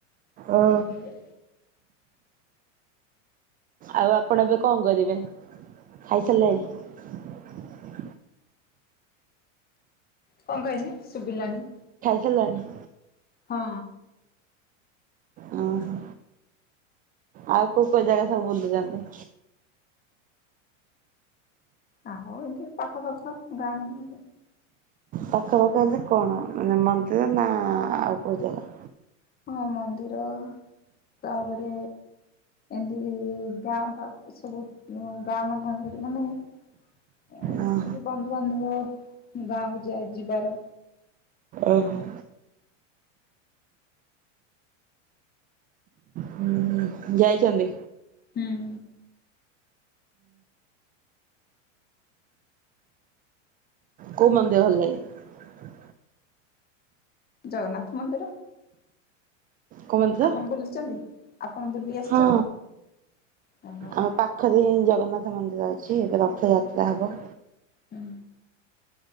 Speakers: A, on the right; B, on the left.
A: ଓ।
B: ସେଠିକି
A: ଆଉ ଆପଣ ଏବେ କଣ କରିବେ ଖାଇସାରିଲେଣି?
B: କଣ କହିଲେ ସୁ ଶୁଭିଲାନି।
A: ସାରିଲେଣି
B: ହଁ।
A: ଓହୋ। ଆଉ କୋଉ କୋଉ ଜାଗା ସବୁ ବୁଲିଛନ୍ତି?
B: ଆଉ ଏମତି ପାଖ ପାଖ ଗାଁ ମ
A: ପାଖ ପାଖ ହେଲେ କଣ ମାନେ ମନ୍ଦିର ନା ଆଉ କୋଉ ଜାଗା?
B: ହଁ ମନ୍ଦିର ତାପରେ ଏମତି ଗାଁ ସବୁ ଗାଁ ମାନରେ ମାନେ ଏମତି
A: ଓହୋ
B: ବନ୍ଧୁବାନ୍ଧବ ଗାଁକୁ ଯାଇ ଯିବାର
A: ଓହୋ। ହୁଁ ଯାଇଛନ୍ତି।
B: ହୁଁ।
A: କୋଉ ମନ୍ଦିର ଭଲ ଲାଗେ?
B: ଜଗନ୍ନାଥ ମନ୍ଦିର।
A: କୋଉ ମନ୍ଦିର
B: ଆପଣ ବୁଲିଛନ୍ତି ଆପଣ ବୁଲି ଆସିଛନ୍ତି
A: ହଁ
B: ଓହୋ
A: ଆମ ପାଖରେ ହିଁ ଜଗନ୍ନାଥ ରଥ ମନ୍ଦିର ଅଛି ଏବେ ରଥଯାତ୍ରା ହେବ।
B: ହୁଁ